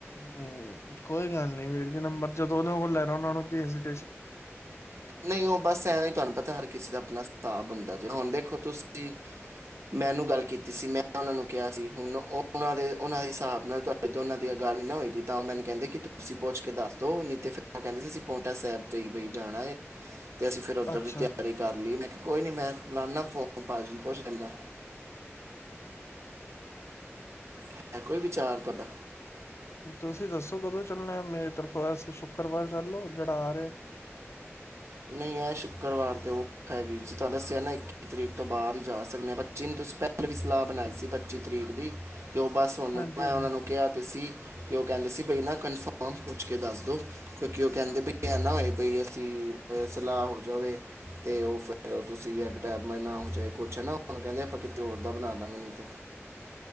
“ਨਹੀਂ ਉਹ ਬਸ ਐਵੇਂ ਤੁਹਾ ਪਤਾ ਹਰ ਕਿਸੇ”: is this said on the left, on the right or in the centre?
Right